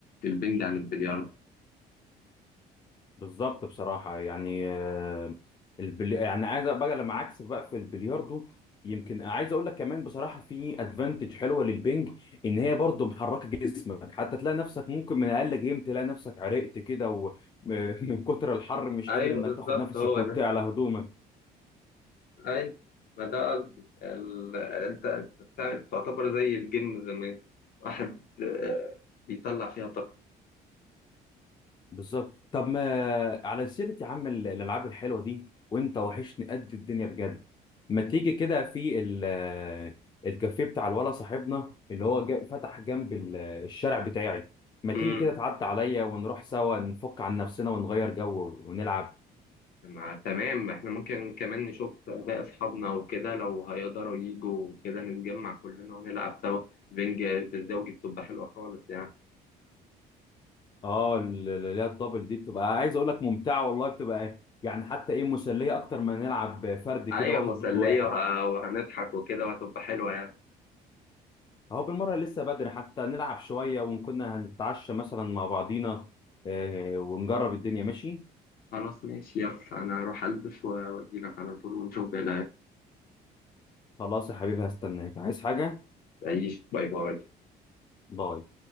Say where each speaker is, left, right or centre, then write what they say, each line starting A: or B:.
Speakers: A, on the left (about 60°); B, on the left (about 25°).
A: البنج عن البلياردو
B: بالظبط بصراحة يعني آه، البلي... يعني عايز بقى لما عكس بقى في البلياردو يمكن عايز اقول لك كمان بصراحة في ادفانتج حلوة للبنج ان هي برضو محركة جسمك حتى تلاقي نفسك ممكن من اقل جيم تلاقي نفسك عرقت كده ومن <laughs> كتر الحر مش
A: ايوه
B: قادر انك
A: بالظبط
B: تاخد نفسك
A: هو
B: وتعلى
A: ده
B: هدومك
A: ايوه ما ده قصدي ال... انت أنت بتاع- تعتبر زي الجيم زمان واحد آه، بيطلع فيها طاقته
B: بالظبط طب ما على سيرة يا عم ال- الألعاب الحلوة دي وأنت وحشني قد الدنيا بجد ما تيجي كده في ال- الكافيه بتاع الولا صاحبنا اللي هو جا- فتح جنب ال- الشارع بتاعي ما تيجي
A: امم
B: كده تعدي عليا ونروح سوا نفك عن نفسنا ونغير جو ونلعب
A: مع تمام احنا ممكن كمان نشوف باقي اصحابنا وكده لو هيقدروا يجوا كده نتجمع كلنا ونلعب سوا بنج بالزوجي بتبقى حلوه خالص يعني
B: اه ال- ال- اللي هي الدبل دي بتبقى عايز أقول لك ممتعة والله بتبقى يعني حتى إيه مسلية أكتر ما نلعب فرد كده
A: ايوه
B: واحد
A: مسليه
B: ضد واحد
A: وه- وهنضحك وكده وهتبقى حلوه يعني
B: اهو بالمرة لسه بدري حتى نلعب شوية وكنا هنتعشى مثلا مع بعضينا آه، ونجرب الدنيا ماشي
A: خلاص ماشي يلا انا هروح البس واجيلك على طول ونشوف بقى
B: خلاص يا حبيبي هستناك عايز حاجة
A: تعيش باي باي
B: باي